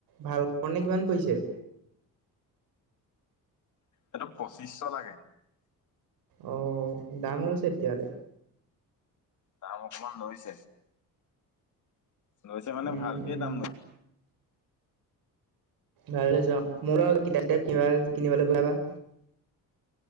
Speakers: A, on the right; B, on the left.
A: ভাড়াবোৰ এনেই কিমান পৰিছে।
B: এইটো পঁচিশ শ লাগে।
A: অ দাম লৈছে তেতিয়া হ'লে।
B: দাম অকণমান লৈছে। লৈছে মানে
A: উম,
B: ভালকে
A: উম।
B: দাম লয়।
A: ভালে লৈছে অ মোৰ লগত ডেছ টপ কিনিব কিনিবলৈ যাবা